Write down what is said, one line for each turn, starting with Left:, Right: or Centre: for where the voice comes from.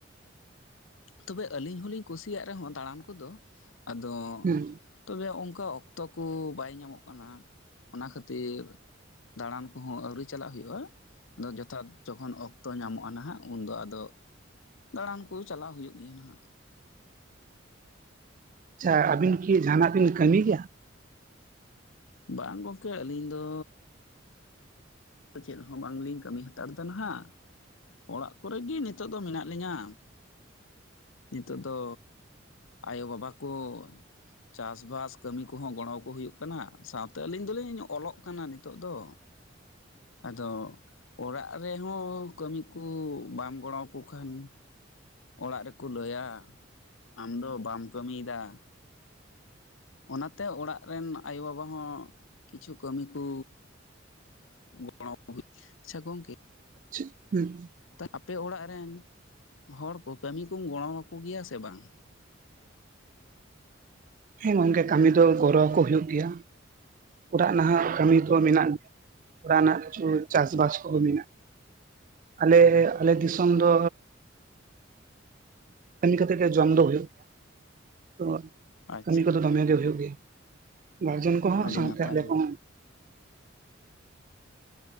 Left: ᱛᱚᱵᱮ ᱟᱹᱞᱤᱧ ᱦᱚᱞᱤᱧ ᱠᱩᱥᱤᱭᱟᱜ ᱨᱮᱦᱚᱸ ᱫᱟᱬᱟᱱ ᱠᱚᱫᱚ ᱟᱫᱚ
Right: ᱦᱩᱸ
Left: ᱛᱚᱵᱮ ᱚᱱᱠᱟ ᱚᱠᱛᱚ ᱠᱚ ᱵᱟᱭ ᱧᱟᱢᱚᱜ ᱠᱟᱱᱟ ᱚᱱᱟ ᱠᱷᱟᱹᱛᱤᱨ ᱫᱟᱬᱟᱱ ᱠᱚᱦᱚᱸ ᱟᱹᱣᱨᱤ ᱪᱟᱞᱟᱜ ᱦᱩᱭᱩᱜᱼᱟ ᱟᱫᱚ ᱡᱚᱛᱷᱟᱛ ᱡᱚᱠᱷᱚᱱ ᱚᱠᱛᱚ ᱧᱟᱢᱚᱜᱼᱟ ᱱᱟᱦᱟᱜ ᱩᱱᱫᱚ ᱟᱫᱚ ᱫᱟᱬᱟᱱ ᱠᱚ ᱪᱟᱞᱟᱣ ᱦᱩᱭᱩᱜ ᱜᱮᱭᱟ ᱱᱟᱦᱟᱜ
Right: ᱟᱪᱪᱷᱟ ᱟᱹᱵᱤᱱ ᱠᱤ ᱡᱟᱦᱟᱸᱱᱟᱜ ᱵᱤᱱ ᱠᱟᱹᱢᱤᱭ ᱜᱮᱭᱟ
Left: ᱵᱟᱝ ᱜᱚᱢᱠᱮ ᱟᱹᱞᱤᱧ ᱫᱚ ᱪᱮᱫ ᱦᱚᱸ ᱵᱟᱝᱞᱤᱧ ᱠᱟᱹᱢᱤ ᱦᱟᱛᱟᱲ ᱮᱫᱟ ᱱᱟᱦᱟᱜ ᱚᱲᱟᱜ ᱠᱚᱨᱮ ᱜᱮ ᱱᱤᱛᱚᱜ ᱫᱚ ᱢᱮᱱᱟᱜ ᱞᱤᱧᱟᱹ ᱱᱤᱛᱳᱜ ᱫᱚ ᱟᱭᱳ ᱵᱟᱵᱟ ᱠᱚ ᱪᱟᱥᱵᱟᱥ ᱠᱟᱹᱢᱤ ᱠᱚ ᱠᱩᱦᱚᱸ ᱜᱚᱲᱚ ᱟᱠᱠᱚ ᱦᱩᱭᱩᱜ ᱠᱟᱱᱟ ᱥᱟᱶᱛᱮ ᱟᱹᱞᱤᱧ ᱫᱚᱞᱤᱧ ᱚᱞᱚᱜ ᱠᱟᱱᱟ ᱱᱤᱛᱚᱜ ᱫᱚ ᱟᱫᱚ ᱚᱲᱟᱜ ᱨᱮᱦᱚᱸ ᱠᱟᱹᱢᱤ ᱠᱚ ᱵᱟᱢ ᱜᱚᱲᱚᱣ ᱟᱠᱚ ᱠᱷᱟᱱ ᱚᱲᱟᱜ ᱨᱮᱠᱚ ᱞᱟᱹᱭᱟ ᱟᱢ ᱫᱚ ᱵᱟᱢ ᱠᱟᱹᱢᱤᱭ ᱮᱫᱟ ᱚᱱᱟᱛᱮ ᱚᱲᱟᱜ ᱨᱮᱱ ᱟᱭᱳ ᱵᱟᱵᱟ ᱦᱚᱸ ᱠᱤᱪᱷᱩ ᱠᱟᱹᱢᱤ ᱠᱚ ᱜᱚᱲᱚ ᱦᱩᱭ ᱟᱪᱪᱷᱟ ᱜᱚᱢᱠᱮ
Right: ᱟᱪᱪᱷᱟ ᱦᱩᱸ
Left: ᱟᱯᱮ ᱚᱲᱟᱜ ᱨᱮᱱ ᱦᱚᱲ ᱠᱚ ᱠᱟᱹᱢᱤ ᱠᱚᱢ ᱜᱚᱲᱚ ᱟᱠᱚ ᱜᱮᱭᱟ ᱥᱮ ᱵᱟᱝ
Right: ᱦᱮᱸ ᱜᱚᱝᱠᱮ ᱠᱟᱹᱢᱤ ᱫᱚ ᱜᱚᱨᱚ ᱟᱠᱚ ᱦᱩᱭᱩᱜ ᱜᱮᱭᱟ ᱚᱲᱟᱜ ᱱᱟᱦᱟᱜ ᱠᱟᱹᱢᱤ ᱫᱚ ᱢᱮᱱᱟᱜ ᱜᱮᱭᱟ ᱚᱲᱟᱜ ᱨᱮᱱᱟᱜ ᱠᱤᱪᱷᱩ ᱪᱟᱥ ᱵᱟᱥ ᱠᱚᱦᱚᱸ ᱢᱮᱱᱟᱜ ᱟᱞᱮ ᱟᱞᱮ ᱫᱤᱥᱚᱢ ᱫᱚ ᱠᱟᱹᱢᱤ ᱠᱟᱛᱮ ᱜᱮ ᱡᱚᱢ ᱫᱚ ᱦᱩᱭᱩᱜ ᱜᱮᱭᱟ ᱛᱚ
Left: ᱟᱪᱪᱷᱟ
Right: ᱠᱟᱹᱢᱤ ᱠᱚᱫᱚ ᱫᱚᱢᱮᱜ ᱜᱮ ᱦᱩᱭᱩᱜ ᱜᱮᱭᱟ ᱜᱟᱨᱡᱮᱱ ᱠᱚᱦᱚᱸ
Left: ᱟᱹᱰᱤ
Right: ᱥᱟᱶᱛᱮ
Left: ᱱᱟᱯᱟᱭ
Right: ᱟᱞᱮ ᱠᱚᱦᱚᱸ